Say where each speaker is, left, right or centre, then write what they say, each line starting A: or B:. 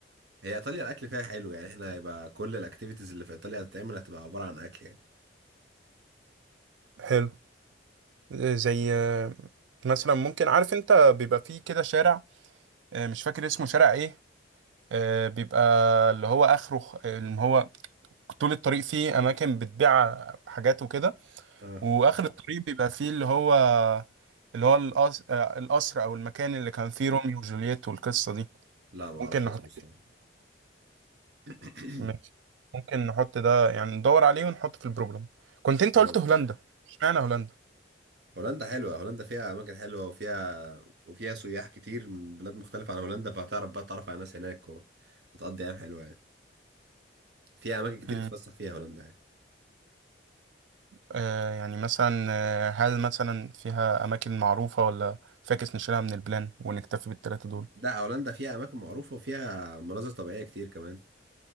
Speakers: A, on the right (about 60°); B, on the right (about 75°).
A: هي ايطاليا الاكل فيها حلو يعني احنا هيبقى كل الاكتيفيتيز اللي في ايطاليا هتتعمل هتبقى عباره عن اكل يعني
B: حلو آه، زي آه، مثلا ممكن عارف انت بيبقى فيه كده شارع آه مش فاكر اسمه شارع ايه آه بيبقى اللي هو اخره خ- اللي هو طول الطريق فيه اماكن بتبيع حاجات وكده
A: اه
B: واخر الطريق بيبقى فيه اللي هو اللي هو القصر, آه، القصر او المكان اللي كان فيه روميو وجولييت والقصة دي
A: لا ما
B: ممكن
A: اعرفش
B: نحط
A: اسمه الصراحه <clears throat>
B: ماشي ممكن نحط ده يعني ندور عليه ونحطه في البروجرام كنت انت
A: خلاص
B: قلت هولندا
A: يعني.
B: اشمعنى هولندا
A: هولندا حلوه هولندا فيها اماكن حلوه وفيها وفيها سياح كتير من بلاد مختلفه عن هولندا فهتعرف بقى تعرف على ناس هناك وهتقضي ايام حلوه يعني فيها اماكن كتير
B: مم.
A: تتفسح فيها هولندا يعني
B: آه يعني مثلا آه، هل مثلا فيها اماكن معروفه ولا فاكس نشيلها من البلان ونكتفي بالثلاثه دول
A: لا هولندا فيها اماكن معروفه وفيها مناظر طبيعيه كتير كمان